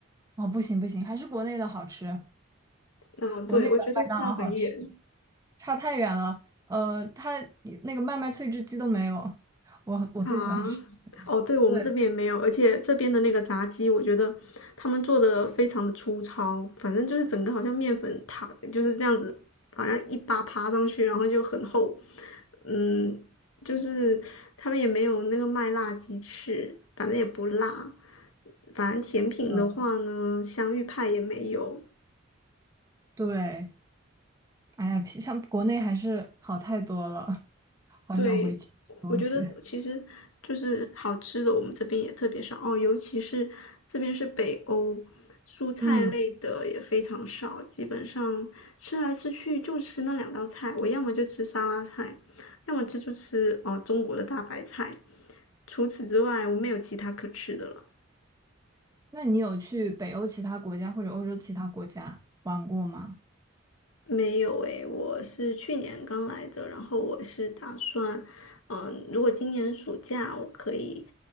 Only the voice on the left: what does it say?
嗯，对，
我觉得差很远。
啊，哦，对，我们这边也没有，
而且这边的那个炸鸡，我觉得他们做的非常的粗糙，反正就是整个好像面粉塔就是这样子，好像一扒扒上去，然后就很厚，嗯，就是他们也没有那个麦辣鸡翅，反正也不辣，反正甜品的话呢，
香芋派也没有，
对，我觉得其实就是好吃的，我们这边也特别少哦，尤其是这边是北欧，蔬菜类的也非常少，
基本上吃来吃去就吃那两道菜，我要么就吃沙拉菜，要么这就吃哦中国的大白菜，除此之外我没有其他可吃的了。
没有诶，我是去年刚来的，然后我是打算，嗯、如果今年暑假我可以